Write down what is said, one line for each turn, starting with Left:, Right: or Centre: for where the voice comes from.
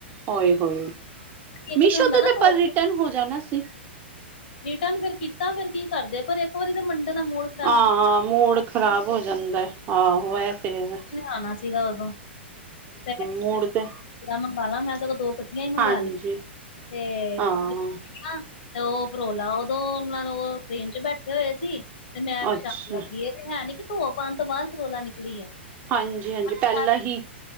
Right: ੳਏ-ਹੋਏ,
Left: ਇੱਕ
Right: ਮੀਸ਼ੋ
Left: ਤਾਂ ਹੁੰਦਾ
Right: ਤੋਂ
Left: ਨਾ
Right: ਤੇ
Left: ਧੋ
Right: ਪਰ ਰਿਟਰਨ ਹੋ ਜਾਨਾ ਸੀ।
Left: ਰੀਟਨ ਫੇਰ ਕੀਤਾ ਫੇਰ ਕੀ ਕਰਦੇ ਪਰ ਇੱਕ ਵਾਰੀ ਤਾਂ ਮੰਡੇ ਦਾ ਮਲ
Right: ਆ ਮੂਡ ਖ਼ਰਾਬ ਹੋ ਜਾਂਦੈ, ਆਹੋ ਏ ਤੇ ਐ।
Left: ਲੇਆਨਾ ਸੀਗਾ ਉਦੋਂ <inaudible> 'ਤੇ
Right: ਮੂਡ ਤੇ
Left: <inaudible> ਮੰਗਾਲਾ ਮੈਂ ਸਗੋਂ ਦੋ ਮੈਂ ਮੰਗਾ
Right: ਹਾਂਜੀ
Left: ਲੀ, ਤੇ
Right: ਹਾਂ
Left: ਤੇ ਓ ਪਰੋਲਾ ਓਦੋਂ ਉਹਨਾਂ ਨੂੰ ਟ੍ਰੇਨ ਚ ਬੈਠੇ ਹੋਏ ਸੀ। ਤੇ ਮੈਂ ਵਿਸ਼ਾਨ
Right: ਅੱਛਾ
Left: ਲੱਗੀ, ਏ ਤੇ ਹੈਨੀ ਕਿ ਪੁਆ ਪਾਨ ਤੋਂ ਬਾਦ ਪਰੋਲਾ ਨਿਕਲੀ ਏ।
Right: ਹਾਂਜੀ ਹਾਂਜੀ
Left: ਅੱਛਾ,
Right: ਪਹਿਲਾਂ ਹੀ